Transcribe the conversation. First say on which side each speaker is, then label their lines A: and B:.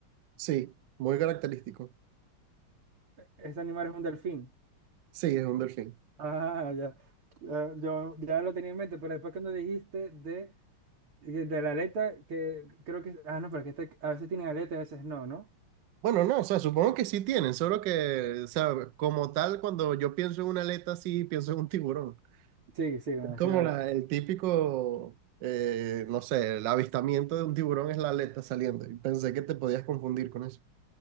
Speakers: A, on the right; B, on the right.
A: Sí, muy característico.
B: ¿Este animal es un delfín?
A: Sí, es un delfín.
B: Ah, ya. Ya, Yo ya lo tenía en mente, pero después cuando dijiste de, de la aleta, que creo que... Ah, no, pero que este, a veces tienen aleta y a veces no, ¿no?
A: Bueno, no, o sea, supongo que sí tienen, solo que, o sea, como tal, cuando yo pienso en una aleta, sí pienso en un tiburón.
B: Sí, sí, bueno,
A: Es como
B: sí, es verdad.
A: la- el típico, eh, no sé, el avistamiento de un tiburón es la aleta saliendo. Y pensé que te podías confundir con eso.